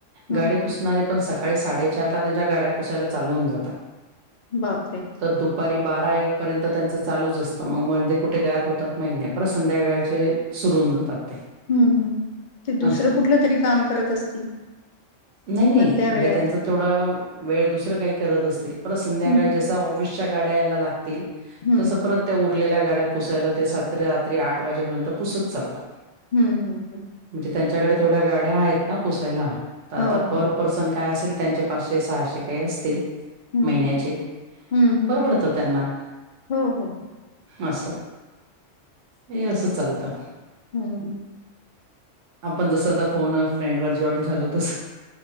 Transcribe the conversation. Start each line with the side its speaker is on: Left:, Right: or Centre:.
Left: ह
Right: गाडी पुस णारे पण सकाळी साडेचार ला त्यांच्या गाड्या पुसायला चालू होन जातात
Left: बाप रे
Right: तर दुपारी बारा एक पर्यंत त्यांचं चालूच असतं मग मध्ये कुठे गॅप होतात महिने परत संध्याकाळचे सुरू होऊन जातात ते
Left: हम्म हम् ते दुसरं
Right: असं.
Left: कुठलं तरी काम करत असतील
Right: नाही नाही
Left: मधल्या
Right: म्हणजे
Left: वेळात.
Right: त्यांच थोडा वेळ दुसरं काही करत असतील परत संध्याकाळी
Left: हं,
Right: जस ऑफि सच्या गाडया यायला लागतील
Left: हं,
Right: तस परत त्या उरलेल्या गाड्या पुसायला ते सात रात्री आठ वाजेपर्यंत पुसत चालतात
Left: ह, ह, ह
Right: म्हणजे त्यांच्याकडे तेवढ्या गाड्या आहेत ना पुसायला तर आता
Left: हो,
Right: पर
Left: हो.
Right: पर्सन काय असेल त्यांचे पाचशे, सहाशे काही असतील
Left: हं,
Right: महिन्याचे
Left: हं, हं.
Right: परवडत त्यांना
Left: हो, हो.
Right: असं हे असं
Left: अच्छा.
Right: चालतं
Left: हं,
Right: आपण जसं आता फोन फ्रेंड वर जॉईन झालो तस